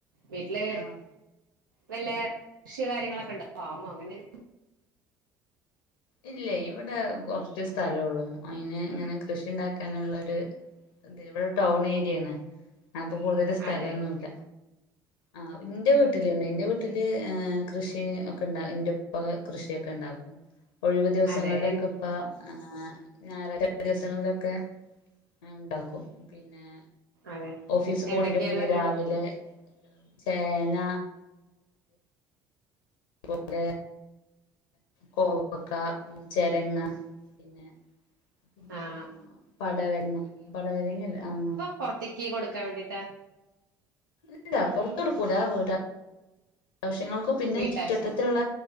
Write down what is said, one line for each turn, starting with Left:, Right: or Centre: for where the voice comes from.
Right: വീട്ടില്
Left: ആഹ്
Right: വെല്ലെ കൃഷികാര്യങ്ങളൊക്കെ ഇണ്ടാ ഫാമോ അങ്ങനെ എന്ത്
Left: ഇല്ലേ ഇവിടെ കൊറച്ച് സ്ഥലോള്ളൂ അയിന് ഇങ്ങനെ കൃഷി ഇണ്ടാക്കാനുള്ളൊരു <unintelligible> ഇവിടെ ടൗണേരിയാണ് അപ്പോ കൂടുതല് സ്ഥലൊന്നുല്ല
Right: അതെ
Left: ആഹ് ഇന്റെ വീട്ടിലുണ്ട് ഇന്റെ വീട്ട് ട്ടില് ഏഹ് കൃഷി ഓക്കെ ഇണ്ട് ഇന്റെപ്പ ക കൃഷിയൊക്കെ ഇണ്ടാക്കും ഒഴിവ് ദിവസങ്ങളിലൊക്കെ
Right: അതെ എ
Left: ഉപ്പ ആഹ് ഞായ <unintelligible> ദിവസങ്ങളിലൊക്കെ ഇണ്ടാക്കും പിന്നെ
Right: അതെ
Left: ഓഫീസ് പോണൻ്റെ
Right: എന്തൊക്കെയാള്ളത്
Left: മുന്നേ രാവിലെ ചേന അതുപോലെ കോവക്ക, ചെരങ്ങ, പിന്നെ പിന്നെ
Right: ആഹ്
Left: എന്താ പടവൽങ്ങ പടവലങ്ങല്ല ആഹ്
Right: പെറത്തേക്ക് കൊടുക്കാൻ വേണ്ടിയിട്ടാ
Left: ഇല്ല പൊറത്തു കൊടുക്കൂലാ വീടാ ആവശ്യങ്ങൾക്കും പിന്നെ
Right: വീട്ടാവശ്യങ്ങൾക്ക്
Left: ചുറ്റ് വട്ടത്തുള്ള